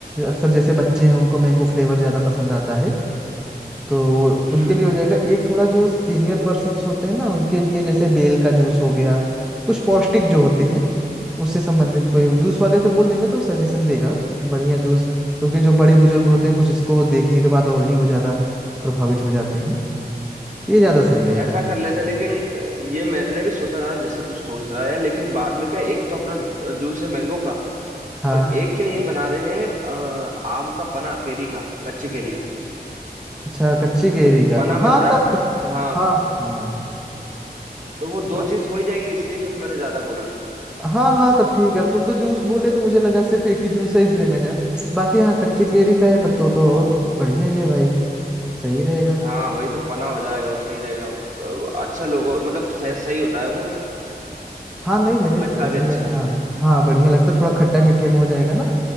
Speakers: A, in the centre; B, on the right.
A: अक्सर जैसे बच्चे हैं उनको मैंगो फ्लेवर ज्यादा पसंद आता है तो वो-
B: हम्म
A: उनके लिए हो जाएगा एक थोड़ा जो सीनियर पर्सन्स होते हैं ना उनके लिए जैसे बेल का जूस हो गया कुछ पौष्टिक जो होते हैं उससे संबंधित कोई जूस वाले से बोल देंगे तो सजेशन देगा बढ़िया जूस क्योंकि जो बड़े बुजुर्ग होते हैं कुछ इसको देखने के बाद और ही वो ज्यादा प्रभावित हो जाते हैं ये ज्यादा सही रहेगा
B: ऐसा कर लेते लेकिन ये मैंने भी सोचा था जैसा तू सोच रहा है लेकिन बाद में क्या एक तो अपना जूस है मैंगो का
A: हाँ
B: और एक क्या ये बना रहे हैं अ, आम का पना केरी का कच्ची केरी का
A: अच्छा कच्ची गहरी का
B: पना बनता
A: हाँ
B: है
A: तब तब-
B: तो हाँ
A: हाँ हाँ
B: तो वो
A: अब
B: दो चीज हो ही जाएगी इसलिए फिर मैंने ज्यादा बोला नहीं
A: हाँ हाँ तब ठीक है अब तुम तो जूस बोले तो मुझे लगा सिर्फ एक ही जूस है इसलिए मैंने बाकी हाँ कच्ची केरी का है तब तो तो और बढ़िया ही है भाई सही रहेगा
B: हाँ वही तो पना हो जाएगा वो सही रहेगा अ, अच्छा लोगो मतलब सही सही होता है वो
A: हाँ
B: वो
A: नहीं मैंने
B: लगता भी अच्छा
A: लिया
B: है
A: हाँ हाँ बढ़िया लगता थोड़ा खट्टा मीठे में हो जाएगा ना